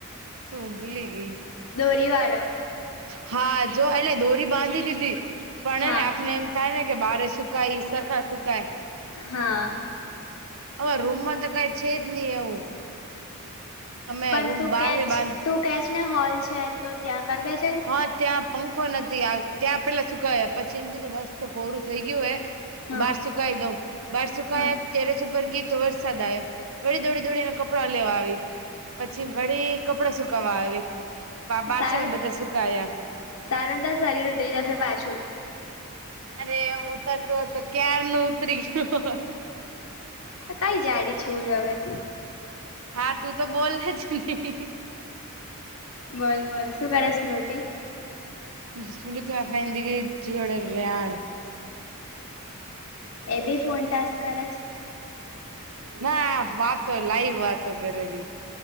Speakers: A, on the right (about 65°); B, on the left (about 70°).
A: સો હું ભૂલી ગઈ.
B: દોરી વાળો.
A: હા જો એટલે દોરી બાંધી દીધી પણ
B: હા
A: ને ને આપણે થાય ને કે બારે સુકાય સરખા સુકાય
B: હા.
A: અમારા રૂમ માં તો કઈ છે જ ની એવું. અમે
B: પણ
A: રૂમ
B: તું
A: બાર
B: કેચ
A: બાંધ
B: તું કેચ ને હોલ છે તો ત્યાં કર દે જે
A: હ ત્યાં પંખો નથી આવ ત્યાં પેલા સુકયા પછી એમ છે કે મસ્ત તો કોરું થઈ ગયું હે. તો
B: હા
A: બાર સુકાઈ દઉં બાર સુકાયા
B: હા
A: તેરસ ઉપર ગઈ તો વરસાદ આવ્યો. વળી દોડી દોડીને કપડા લેવા આવી પછી વળી કપડા સુકવા આવી. પાછામાં
B: સારું
A: બધા સુકાયા
B: તારુ શરીરઋતરી જશે પાછું
A: અરે એમ ઉતરતું હોય તો ક્યાર નુ ઉતરી ગયું
B: કઈ જાડી છું રવે તું
A: હા તું તો બોલ જ નહી
B: બોલ બોલ શું કરે સ્મૃતિ
A: <inaudible> સુનિતા ફઈ જોડે રયાણ
B: એ બી ફોન ટટેસ્ક કરે છે.
A: ના વાતો લાઈવ વાતો કરેલી